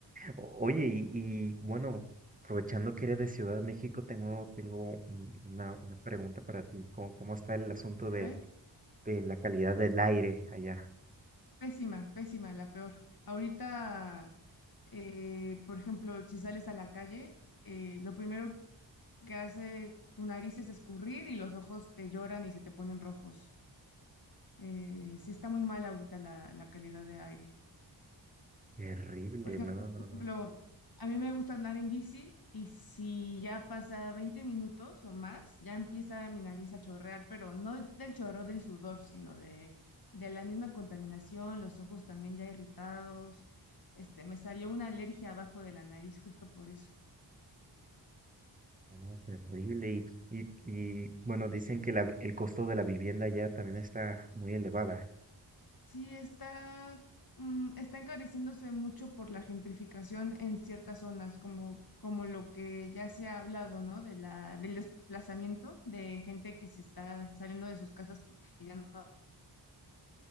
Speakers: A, on the right; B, on the left.
A: O- Oye, y, y, bueno, aprovechando que eres de Ciudad de México, tengo, tengo un- una, una pregunta para ti. ¿Cómo, cómo está el asunto de
B: A ver,
A: de la calidad del aire allá.
B: pésima, pésima, la peor. Ahorita, eh, por ejemplo, si sales a la calle, eh, lo primero que hace tu nariz es escurrir y los ojos te lloran y se te ponen rojos. Eh, sí está muy mal ahorita la, la calidad de aire.
A: Terrible,
B: Por ejemplo,
A: no, no, no.
B: a mí me gusta andar en bici y si ya pasa 20 minutos o más, ya empieza mi nariz a chorrear, pero no del chorro del sudor, sino de, de la misma contaminación, los ojos también ya irritados. Este, me salió una alergia abajo de la nariz justo por eso.
A: no, terrible. Y, y, y, bueno, dicen que la vi- el costo de la vivienda allá también está muy elevada.
B: Sí, está, mm, está encareciéndose mucho por la gentrificación en ciertas zonas, como, como lo que ya se ha hablado, ¿no? De la, del desplazamiento de gente que se está saliendo de sus casas porque ya no